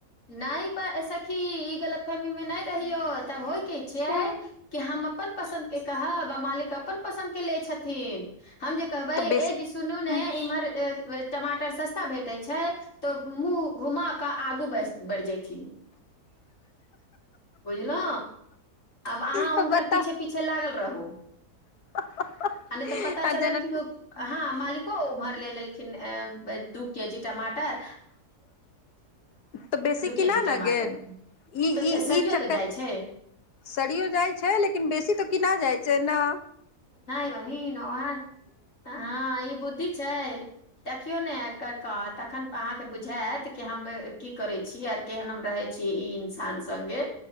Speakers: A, on the left; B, on the left.
A: नै। प सखी ई गलतफहमी मे नै रहियौ तब होय की छैै
B: हँ
A: कि हम अप अपन पसन्द के कहब आ मालिक अपन पसन्द के लै छथिन। हम जे कहबै
B: तऽ
A: ए
B: बेसी
A: जी सुनू नै
B: हँ
A: इम्हर ए वे टमाटर सस्ता भेटे छै तो मुंह घुमा के आगु बैस बढ़ जैथिन। बुझलौ, आब अहाँ
B: बता
A: हुनकर पीछे-पीछे लागल र हु।
B: <unintelligible>
A: आ नै तऽ पता
B: आ
A: चलल
B: जेना
A: कि ओ हाँ मालिको उम्हर ले लेल खिन एं ब दू के जी टमा पर।
B: तऽ बेसी
A: दू
B: किना
A: के जी
B: ने
A: टमाटर
B: गेल ई
A: तऽ
B: ई
A: सड़ियो
B: ई चक्कर
A: तऽ जाइ छै
B: सड़ीयो जाय छै, लेकिन बेसी तऽ किना जाय जेना
A: नै बहिन ओहाए हाँ ई बुद्धि छै, देखियौ ने <unintelligible> तखन अहाँ के बुझाएत कि हम की करै छी आर केहेन हम रहै छीये, ई इंसान संगे